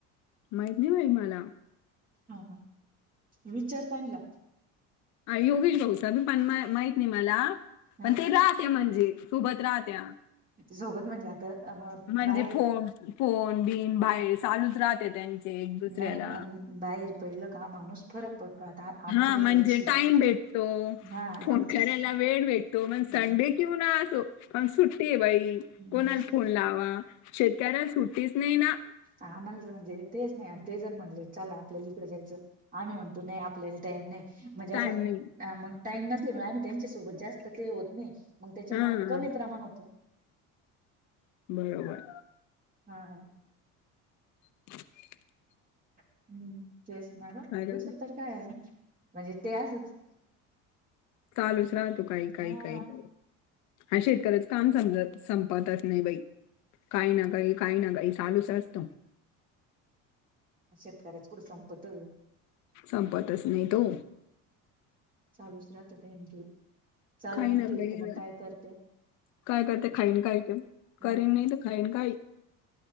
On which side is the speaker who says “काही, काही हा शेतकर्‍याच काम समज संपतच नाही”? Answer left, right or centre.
Left